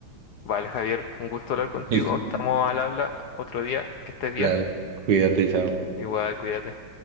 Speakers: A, on the left; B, on the right.
A: Vale, Javier, un gusto hablar
B: <laughs>
A: contigo.
B: Listo.
A: Estamos al habla otro día. Que estés bien.
B: Dale, cuídate, chao.
A: Igual, cuídate.